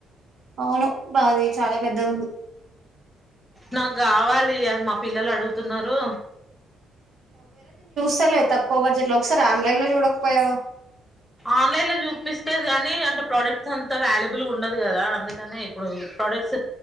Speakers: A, on the right; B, in the centre.
A: అవును బాది చాలా పెద్దవుంది
B: నాకు కావాలి అని మా పిల్లలు అడుగుతున్నారు
A: సలే తక్కువ బడ్జెట్ లో ఒకసారి ఆన్లైన్ లో చూడకపోయావా
B: ఆన్లైన్ లో చూపిస్తేది కాగానీ అంటే ప్రొడక్ట్స్ అంత వ్యాల్యుబుల్గా ఉండదు కదా అందుకనే ఇప్పుడు ప్రోడక్ట్స్